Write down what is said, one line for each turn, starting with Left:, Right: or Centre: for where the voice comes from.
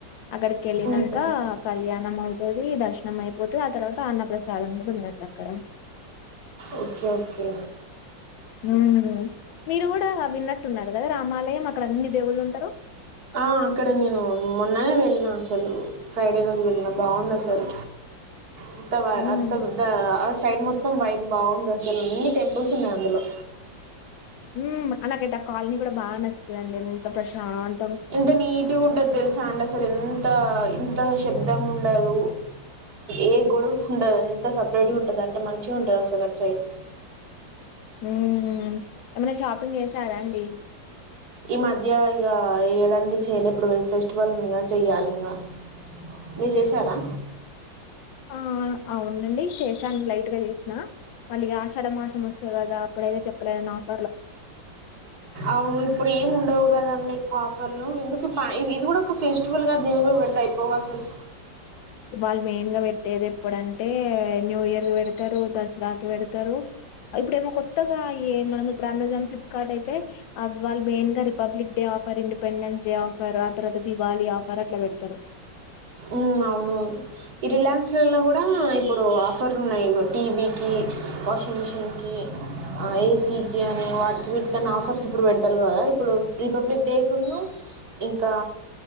Left: అక్కడిక్ వెళ్ళినంక
Right: ఉహు
Left: కళ్యాణం అవ్ వది దర్శనం అయిపోతే ఆ తర్వాత అన్న ప్రసాదం కూడా ఉందండి అక్కడ
Right: ఓకే ఓకే
Left: ఉమ్ మీరు కూడా విన్నట్టున్నారు కదా రామాలయం అక్కడ అన్ని దేవుళ్ళు ఉంటరు
Right: ఆ అక్కడ నేను మొన్ననే ళ్నా అసలు ఫ్రైడే రోజు వెళ్ళిన బాగుంది అసలు అంత బాగే
Left: హ్మ్.
Right: అంత ద ఆ సైడ్ ముత్ <unintelligible> వైట్ బాగుంది అసలు అన్ని టెంపుల్స్ ఉన్నాయి అందులో
Left: ఉమ్ అ నాకైతే ఆ కాలనీ కూడా బాగా నచ్చందిండి ఎంత ప్రశాం
Right: ఎంత నీట్గా ఉంటది తెలుసా అండి అసలు ఎంత ఇంత శేబ్దాం ఉండదు ఏ గడవ ఉండదు ఎంత సపరేట్గా ఉంటుంది అంటే మంచిగా ఉంటుంది అసలుట్ సైడ్
Left: ఉమ్మ్ ఎమన్నా షాపింగ్ చేసారాం డి
Right: ఈ మధ్య ఇక ఏడండి చేయ్యలే ఇప్పుడు ఫెస్టివల్ ఉంది చెయ్యాలి ఇంకా మీరు చేసారా
Left: ఆ అవునండి చేశాను లైటుగ చేసిన మళ్ళ ఆషాఢ మాసం వస్త కదా <unintelligible>
Right: అవును ఇప్పుడు ఏం ఉండవు కదా ఎక్కువ ఆఫర్లు ఎందుకు పై ఇది కూడా ఒక ఫెస్టివల్ గా దీని కూడా పెడతె అయిపోవు అసలు
Left: ఇవాళ మెయిన్గ టేద్ ఎప్పుడంటే న్యూ ఇయర్కి పెడతారు ద స్రా పెడతారు ఇప్పుడేమో కొత్తగా ఏ మనము అమెజాన్ ఫ్లిప్కార్ట్ అయితే వాళ్ళు మెయిన్ గా republic day offer independence day offer ఆ తర్వాత దివాళీ ఆఫర్ అట్లా పెడతరు
Right: ఉం అవును ఈ రిలయన్స్ లల్లో కూడా ఇప్పుడు ఆఫర్ ఉన్నాయి. టీవీకి, వాషింగ్ మిషిన్కి, ఏసీకి అని వాటికి వీటికన్నా ఆఫర్స్ ఇప్పుడు పెడతారు కదా ఇప్పుడు రిపబ్లిక్ డే కి ఇంకా